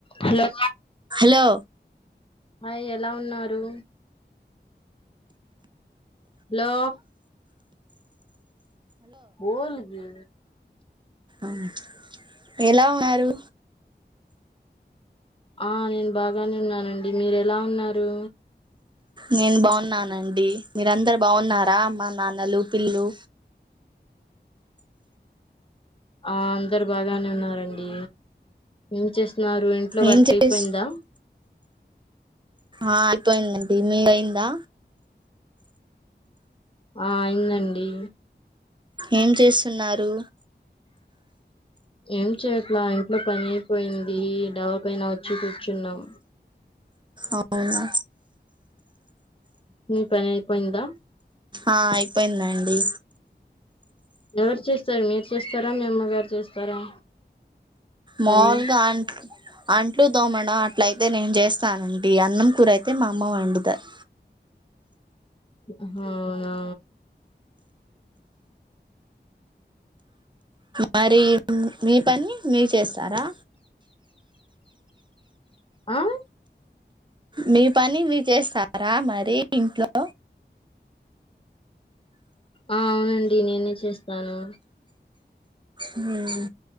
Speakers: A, on the left; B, on the right.
A: హలో
B: హలో
A: ఆ ఎలా ఉన్నారు హలో బోల్ జీ
B: మ్మ్ ఎలా ఉన్నారు
A: ఆ నేన్ బాగానే ఉన్నానండి మీర ఎలా ఉన్నారు
B: నేను బాగున్నానండి మీర అందరు బాగున్నారా మన్ నాన్నలు పిల్లు
A: ఆ అందరు బాగానే ఉన్నారండి ఎం చేస్తు నారు ఇంట్లో వర్క్
B: ఏం చేస్
A: అయిపోయిందా
B: ఆ అయిపోయిందండి మీద్ అయిందా
A: ఆ అయిందండి
B: ఏం చేస్తున్నారు
A: ఏం చేయట్లా ఇంట్లో పని అయిపోయింది డాబా పైన వచ్చి కూర్చున్నాం
B: అవునా
A: మీ పని అయిపోయిందా
B: ఆ అయిపోయిందండి
A: ఎవరు చేస్తారు మీరు చేస్తారా మీ అమ్మగారు చేస్తారా పని
B: మామూలుగా అంట్ల అంట్ల అట్లు దోమడం అట్ల అయితే నేను చేస్తానండి అన్నం కూర అయితే మా అమ్మ వండుతద్
A: ఆహ్ అవునా
B: మరి మీ పని మీర్ చేస్తా స్తారా
A: ఆ
B: మీ పని మీ చేస్తా రా మరి ఇంట్లో
A: ఆ అవునండి నేనే చేస్తాను
B: హ్మ్మ్